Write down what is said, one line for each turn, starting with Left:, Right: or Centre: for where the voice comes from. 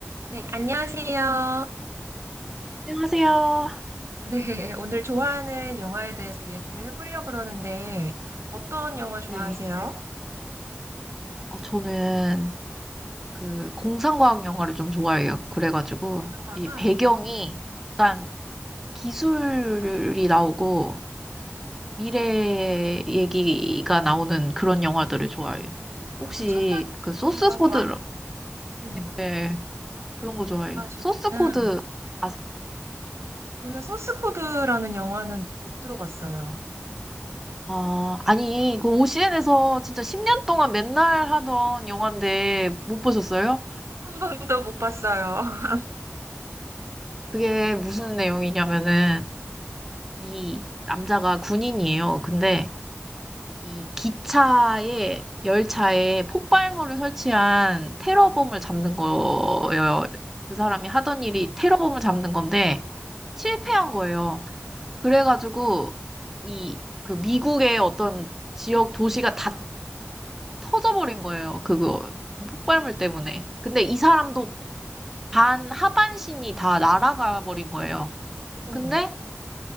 Right: 네, 안녕하세요.
Centre: 안녕하세요.
Right: 네, 오늘 좋아하는 영화에 대해서 얘기를 해보려고 그러는데, 어떤 영화 좋아하세요?
Centre: 네.
Right: 한
Centre: 어, 저는 그 공상과학 영화를 좀 좋아해요. 그래가지고
Right: 국가
Centre: 이 배경이 약간 기술이 나오고 미래 얘기가 나오는 그런 영화들을 좋아해요.
Right: 아,
Centre: 혹시
Right: 첨단 기술
Centre: 그 소스
Right: 이런
Centre: 코드
Right: 거 음,
Centre: 네, 그런 거 좋아해요.
Right: 좋아하시구나.
Centre: 소스 코드 아세요?
Right: 저는 소스 코드라는 영화는 못 들어봤어요.
Centre: 아, 아니 그 OCN에서 진짜 10년 동안 맨날 하던 영화인데 못 보셨어요?
Right: 한 번도 못 봤어요. <laughs>
Centre: 그게 무슨 내용이냐면은 이 남자가 군인이에요. 근데 이 기차에 열차에 폭발물을 설치한 테러범을 잡는 거예요. 그 사람이 하던 일이 테러범을 잡는 건데 실패한
Right: 어,
Centre: 거예요. 그래가지고 이 그 미국의 어떤 지역 도시가 다 터져버린 거예요. 그거 그 폭발물 때문에. 근데 이 사람도 반 하반신이 다 날아가 버린 거예요.
Right: 어머,
Centre: 근데